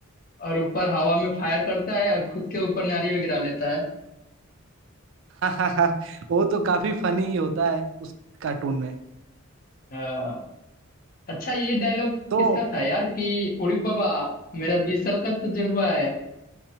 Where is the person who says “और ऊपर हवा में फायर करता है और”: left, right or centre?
Left